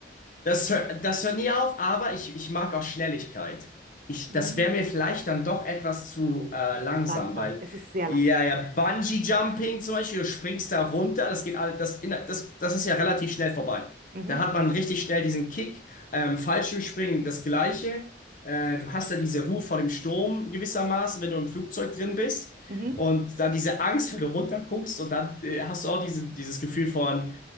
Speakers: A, on the left; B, on the right.
A: Das, hör- das hört nie auf, aber ich, ich mag auch Schnelligkeit. Ich,
B: Mm,
A: das wäre mir vielleicht dann doch etwas zu äh,
B: das ist
A: langsam,
B: langsam.
A: weil
B: Es ist sehr
A: ja,
B: langsam.
A: ja,
B: Ja.
A: Bungee-Jumping zum Beispiel, du springst da runter, das geht alles, das, in, das, das ist ja relativ schnell vorbei.
B: Mhm,
A: Da hat man richtig schnell diesen Kick. Ähm, Fallschirmspringen, das Gleiche. Äh, du hast ja diese Ruhe vor dem Sturm gewissermaßen, wenn du im Flugzeug drin bist.
B: mhm.
A: Und dann diese Angst, wenn du runterguckst und dann äh, hast du auch diese, dieses Gefühl von